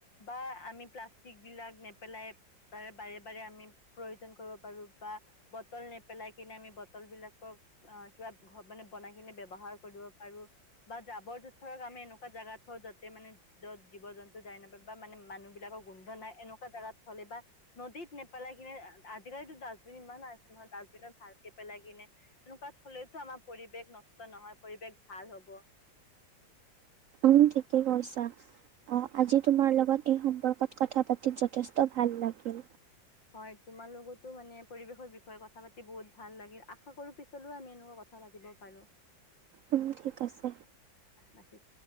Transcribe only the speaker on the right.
উম ঠিকে কৈছা অ আজি। তোমাৰ লগত এই সম্পৰ্কত কথা পাতি যথেষ্ট ভাল লাগিল।
উম ঠিক আছে।